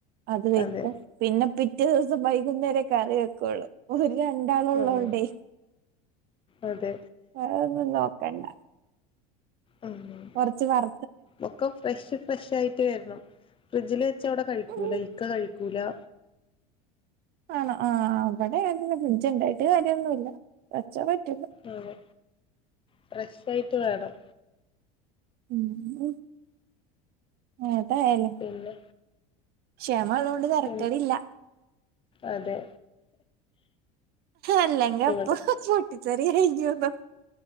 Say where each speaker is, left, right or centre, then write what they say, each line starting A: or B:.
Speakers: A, on the right; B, on the left.
A: അത് വെക്കും
B: അതെ
A: പിന്നെ പിറ്റേ ദിവസം വൈകുന്നേരെ കറി വെക്കോളൂ ഒരു രണ്ടാളൊ ള്ളോണ്ടേ
B: ആഹ് അതെ
A: വേറൊന്നും നോക്കണ്ട
B: ഉം
A: കൊറച് വർ
B: ഒക്കെ ഫ്രഷ് ഫ്രഷായിട്ട് വരണം. ഫ്രിഡ്ജില് വെച്ച ഇവട കഴിക്കൂല.
A: ഉം
B: ഇക്ക കഴി ക്കൂലാ
A: ആണോ.. ആഹ് വടെ അങ്ങൻ തന്നെ. ഫ്രിഡ്ജ് ണ്ടായിട്ട് കാര്യൊന്നുല്ല. വെച്ചാ പറ്റൂല
B: അതെ.. ഫ്രഷ് ആയിട്ട് വേണം
A: ഉം ഉം ഏതായാലും
B: പിന്നെ
A: ക്ഷമള്ളോണ്ട് തരക്കടില്ല
B: ഉം അതെ
A: അല്ലെങ്കി എപ്പളോ
B: ഇവിടെ
A: പൊട്ടിത്തെറി കയ് ഞ് നൊ